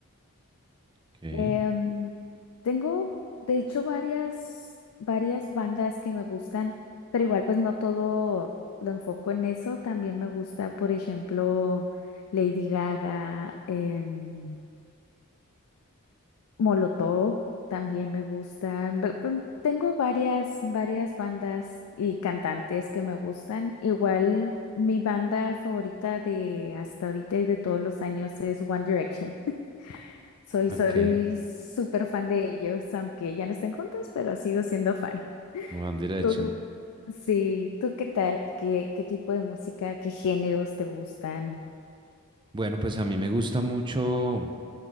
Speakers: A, on the right (about 20°); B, on the left (about 85°).
A: Ok,
B: Em, tengo, de hecho, varias, varias bandas que me gustan, pero igual pues no todo lo enfoco en eso. También me gusta, por ejemplo, Lady Gaga, em, Molotov también me gustan. Ve- pe- Tengo varias, varias bandas y cantantes que me gustan. Igual mi banda favorita de hasta ahorita y de todos los años es One Direction. <laughs> Soy,
A: ok,
B: soy súper fan de ellos, aunque ya no estén juntos, pero sigo siendo fan.
A: One Direction.
B: Tú, sí, ¿tú qué tal? ¿Qué, qué tipo de música, qué géneros te gustan?
A: Bueno, pues a mí me gusta mucho